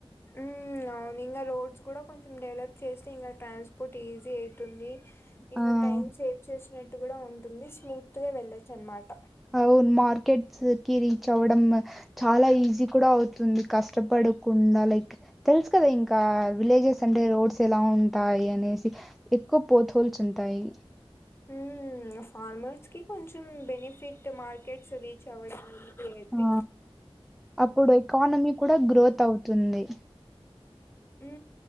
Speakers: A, on the left; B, in the centre.
A: మ్మ్ అవును ఇంకా రోడ్స్ కూడా కొంచెం డెవలప్ చేస్తే ఇంకా ట్రాన్స్పోర్ట్ ఈజీ అయితుందీ. ఇంగ
B: ఆ
A: టైమ్ సేవ్ చేసినట్టు గుడా ఉంటుంది స్మూత్ గా వెళ్ళొచ్చు అన్మాట
B: అవును మార్కెట్స్ కి రీచ్ అవడం చాలా ఈజీ కూడా అవుతుంది కష్టపడకుండ లైక్ తెలుసు కదా ఇంకా విలేజెస్ అం అంటే రోడ్స్ ఎలా ఉంటాయి అనేసి ఎక్కువ పోత్హోల్స్ ఉంటాయి.
A: మ్మ్ ఫార్మర్స్ కి కొంచెం బెనిఫిట్ మార్కెట్స్ రీచ్ అవ్వడం. అయితే
B: ఆ అప్పుడు ఎకానమీ కూడా గ్రోత్ అవుతుంది.
A: ఊ